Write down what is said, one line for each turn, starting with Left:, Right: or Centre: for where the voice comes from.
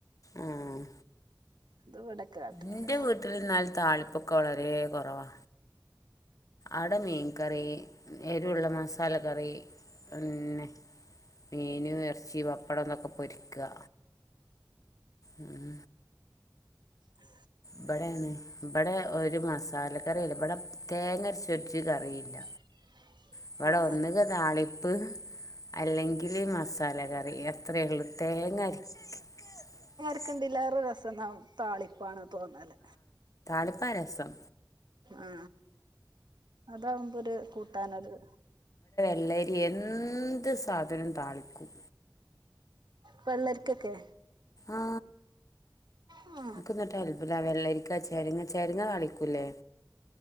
Left: ആഹ്
Right: അത് ഇവടക്കട്ട്ണ്ട്
Left: ഇന്റെ വീട്ടില് എന്നാൽ താളിപ്പൊക്കെ വളരെ കൊറവാ അട മീൻകറി എരുള്ള മസാല കറി പിന്നെ മീനും എർച്ചിം പപ്പടം ഒന്നൊക്കെ പൊരിക ഉം
Right: ഉ
Left: ഇവിടെണ് ഇവിടെ ഒരു മസാലക്കറി ഇവിടെ തേങ്ങ അരച്ചൊരു കറില്ല
Right: <inaudible>
Left: ഇവിടെ
Right: ആ
Left: ഒന്നങ്കി താളിപ്പ് അല്ലെങ്കില് മസാല കറി അത്രളളു തേങ്ങരച്ച <unintelligible>
Right: ക്കതിലേറെ രസം ന്ന താളിപ്പാണ് തോന്നല്
Left: പ്പ രസം
Right: ആ അതാവുമ്പോരു കൂട്ടാനൊരു
Left: ള്ളേരി എന്ത് സാധനും താളിക്കും
Right: വെള്ളരിക്കൊക്കെ
Left: ആ
Right: ആ
Left: ഇൻക്ക്ങ്ങട്ടൽഭുതാ വെള്ളരി ക്ക ചെരിങ്ങ ചെരങ്ങ തളിക്കൂല്ലേ